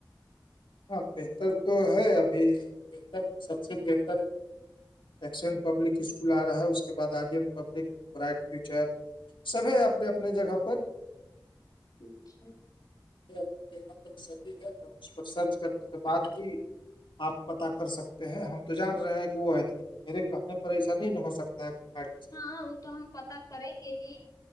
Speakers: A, on the left; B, on the left.
A: ہاں بہتر تو ہے ابھی بہتر سب سے بہتر ایکسینٹ پبلک اسکول آ رہا ہے اس کے بعد آرین پبلک بائٹ فیوچر سب ہے اپنے اپنے جگہ پر
B: اچھا
A: اں پر س ہے اس پر سرچ کرنے کے بعد بھی آپ پتا کر سکتے ہیں ہم تو جان رہے ہیں کہ وہ ات میرے کہنے پر ایسا نہیں ہو سکتا ہے گ
B: ہاں وہ تو ہم پتا کریں گے ہی